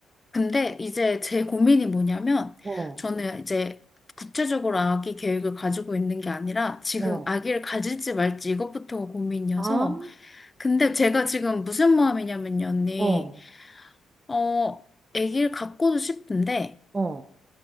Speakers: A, on the left; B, on the right.
A: 근데 이제 제 고민이 뭐냐면,
B: 어,
A: 저는 이제 구체적으로 아기 계획을 가지고 있는 게 아니라, 지금
B: 어,
A: 아기를 가질지 말지 이것부터가 고민이어서,
B: 아,
A: 근데 제가 지금 무슨 마음이냐면요, 언니.
B: 어,
A: 어, 아기를 갖고도 싶은데,
B: 어,